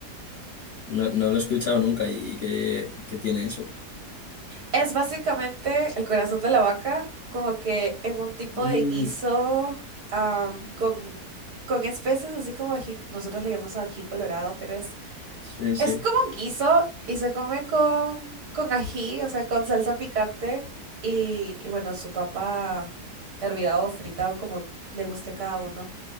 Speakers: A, on the left (about 60°); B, on the right (about 70°).
A: no, no lo he escuchado nunca y ¿qué, qué tiene eso?
B: Es básicamente el corazón de la vaca, como que en un tipo
A: Mm,
B: de guiso, am, con, con especies, así como ají- nosotros le llamamos ají colorado, pero es
A: sí, sí.
B: Es como un guiso y se come con, con ají, o sea, con salsa picante y, y bueno, su papa hervida o frita o como le guste a cada uno.